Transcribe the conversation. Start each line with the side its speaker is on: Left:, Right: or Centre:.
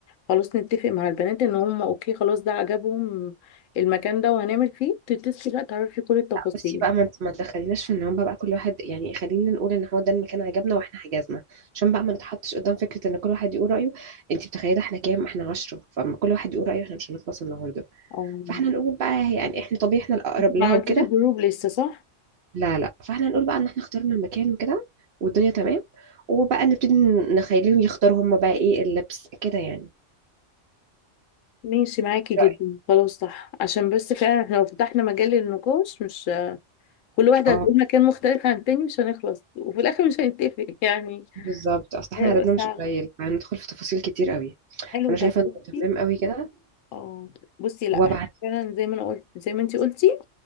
Left: خلاص نتفق مع البنات ان هم اوكي خلاص ده عجبهم المكان ده وهنعمل فيه تتصلي بقى تعرفي كل التفاصيل
Right: لا بصي بقى ما انت ما تدخليناش في ان هم بقى كل واحد يعني خلينا نقول ان هو ده المكان عجبنا واحنا حجزنا عشان بقى ما نتحطش قدام فكره ان كل واحد يقول رايه انت متخيله احنا كام احنا 10 فما كل واحد يقول رايه احنا مش هنخلص النهارده
Left: اه
Right: فاحنا نقول بقى هي- يعني احنا طبيعي احنا الاقرب
Left: انتي
Right: لها
Left: ما عملتيش
Right: وكده
Left: الجروب لسه صح؟
Right: لا لا فاحنا نقول بقى ان احنا اخترنا المكان وكده والدنيا تمام وبقى نبتدي نخليهم يختاروا هم بقى ايه اللبس كده يعني
Left: ماشي معاكي
Right: إيه
Left: جدا
Right: رأيك؟
Left: خلاص صح عشان بس فعلا احنا لو فتحنا مجال للنقاش مش كل واحدة
Right: اه
Left: هتقول مكان مختلف عن التاني مش هنخلص وفي الآخر مش هنتفق <laughs> يعني
Right: بالظبط اصل احنا
Left: هيبقى
Right: عددنا
Left: صعب
Right: مش قليل فهندخل في تفاصيل كتير قوي
Left: حلو
Right: فانا شايفه
Left: طب بصي
Right: انه تمام قوي كده
Left: اه بصي لا
Right: وابعت
Left: احنا فعلا زي ما انا قلت زي ما انتي قلتي